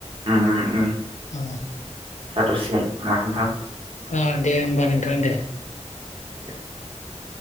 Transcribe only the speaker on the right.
उम उम
जाथ'सिगोन ना नोंथां?
<inaudible>